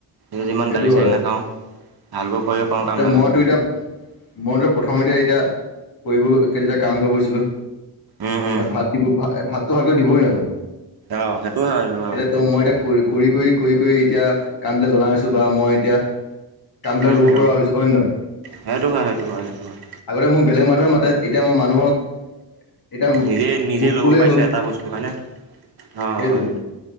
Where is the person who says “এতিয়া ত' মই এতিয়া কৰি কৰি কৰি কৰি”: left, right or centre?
Left